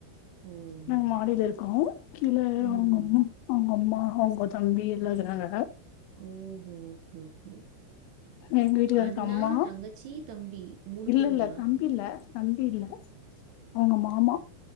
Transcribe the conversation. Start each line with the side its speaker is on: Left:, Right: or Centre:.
Right: ஓஹோ!
Left: ஆமா மாடியில இருக்கோ கீழ
Right: ம்,
Left: அவுங்கம்மா
Right: ம்.
Left: அவுங்க அம்மா அவுங்க தம்பி எல்லாகிறாங்க
Right: ஓஹோ ஓகே ஓகே
Left: எங்க வீட்டுக்காருக்கு
Right: அண்ணா
Left: அம்மா
Right: தங்கச்சி தம்பி மூணு
Left: இல்ல
Right: பேருங்ளா
Left: இல்ல தம்பி இல்ல தம்பி இல்ல அவுங்க மாமா